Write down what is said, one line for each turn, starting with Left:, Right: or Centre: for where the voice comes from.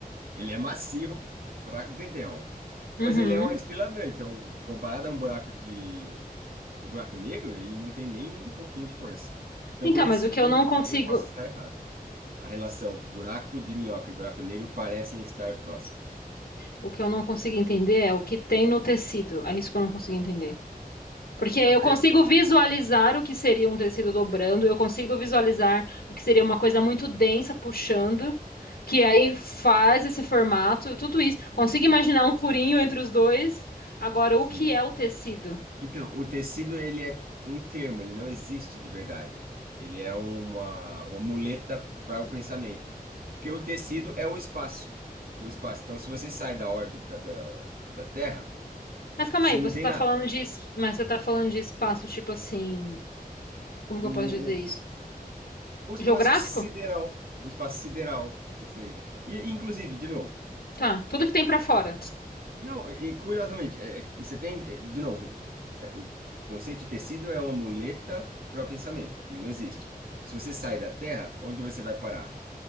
Right: Ele é massivo para Dedéu.
Left: Uhum.
Right: Mas ele é uma estrela anã, então, comparado a um buraco de, o buraco negro, ele não tem nem um pouquinho de força. Então,
Left: Então,
Right: por isso
Left: mas o que
Right: que,
Left: eu não consigo,
Right: e aí eu posso estar errado. A relação buraco de minhoca e buraco negro parecem estar próximos.
Left: o que eu não consigo entender é o que tem no tecido. É isso que eu não consigo entender. Porque
Right: Então,
Left: eu consigo
Right: é, é
Left: visualizar o que seria um tecido dobrando, eu consigo visualizar o que seria uma coisa muito densa puxando, que aí faz esse formato, tudo isso.
Right: isso,
Left: Consigo imaginar um furinho entre os dois. Agora,
Right: sim.
Left: o que é o tecido?
Right: Então, o tecido, ele é um termo, ele não existe de verdade. Ele é uma, uma muleta para o pensamento. Porque o tecido é o espaço. O espaço. Então, se você sai da órbita da, da Terra,
Left: Mas calma
Right: você
Left: aí, você
Right: não tem
Left: tá
Right: nada.
Left: falando de, es- mas você tá falando de espaço tipo assim, como que
Right: O,
Left: eu posso dizer isso?
Right: O espaço
Left: Geográfico?
Right: sideral, o espaço sideral, que seja. E, e, inclusive, de novo,
Left: Tá, tudo que tem pra fora.
Right: e não, e e, curiosamente, é, é, e você tem, é, de novo, é, o, o conceito de tecido é uma muleta para o pensamento, que ele não existe. Se você sai da Terra, onde você vai parar?